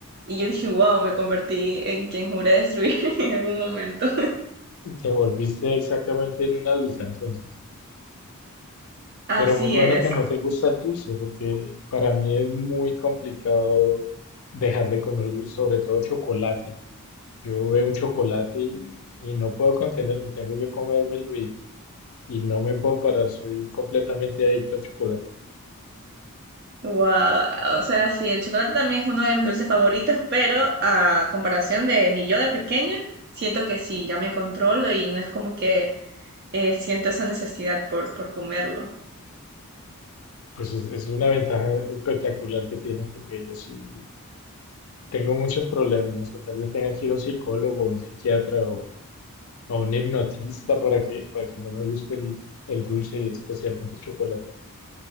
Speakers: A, on the right; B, on the left.
A: Y yo dije, wow, me convertí en quien juré destruir <laughs> en algún momento.
B: Te volviste exactamente en una adulta entonces.
A: Así
B: Pero muy bueno
A: es.
B: que no te gusta el dulce, porque para mí es muy complicado dejar de comer dulce, sobre todo chocolate. Yo veo un chocolate y, y no puedo contenerme, tengo que comérmelo y, y no me puedo parar, soy completamente adicto al chocolate.
A: Wow. O sea, sí, el chocolate también es uno de mis dulces favoritos, pero a comparación de mi yo de pequeña, siento que sí, ya me controlo y no es como que eh, siento esa necesidad por, por comerlo.
B: Pues es, es una ventaja espectacular que tienes porque yo sí tengo muchos problemas, no sé, tal vez tenga que ir a un psicólogo, a un psiquiatra o a un hipnotista para que, para que no me guste el, el dulce y especialmente el chocolate.